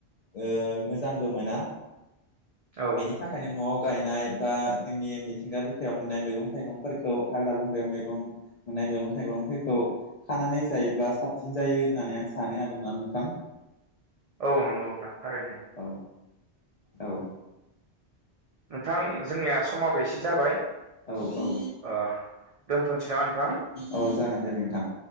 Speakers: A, on the left; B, on the right.
A: ओ मोजांबो मोना
B: औ
A: बेनि था बेनिखायनो न'आव गायनाय बा जोंनि मिथिंगा बिखायाव मोननाय मैगं-थाइगंफोरखौ हाग्रा-बंग्रायाव मैगं मोननाय मैगं-थाइगंफोरखौ खानानै जायोब्ला साबसिन जायो होननानै आं सानो आरोना नोंथां
B: औ नंगौ नोंथां थारैनो
A: औ औ
B: नोंथां जोंनिया समाबो एसे जाबाय
A: औ औ
B: ओ दोनथ'सै नामा नोंथां?
A: औ जागोन दे नोंथां